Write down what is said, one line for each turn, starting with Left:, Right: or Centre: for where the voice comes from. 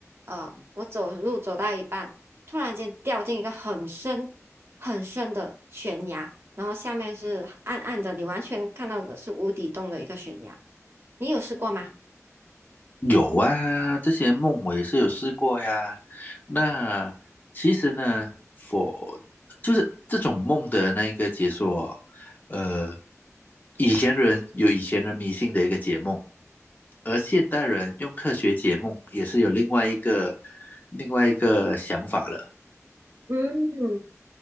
Right: 呃，我走路走到一半，突然间掉进一个很深很深的悬崖。然后下面是暗暗的，你完全看到的是无底洞的一个悬崖。你有试过吗？
Left: 有啊，这些梦我也是有试过呀。那其实呢，我就是这种梦的那个解说，呃，以前人有以前人迷信的一个解梦，而现代人用科学解梦也是有另外一个另外一个想法了。
Right: 嗯，